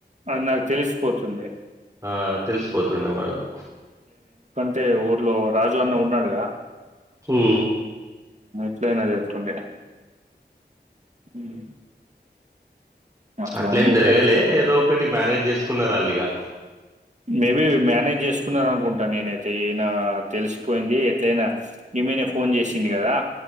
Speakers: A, on the right; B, on the right.
A: అద్ నాక్ తెలిసిపోతుంది
B: ఆ తెలిసిపోతుండే మనకు
A: తే ఊర్లో రాజు అన్న ఉన్నాడుగద
B: హు్
A: ఎట్లన చెప్తుండే ఉమ్ అట్లా
B: అట్లేం
A: ఉంది
B: జరగాలె
A: ఇక్కడ
B: ఏదో ఒకటి మ్యానేజ్ చేసుకున్నారు అల్లిగా
A: మేబీ మానేజ్ చేసుకున్నారనుకుంటా నేనైతే ఈనా తెలిసిపోయింది ఎట్లయినా ఇమెనె ఫోన్ చేసింది గదా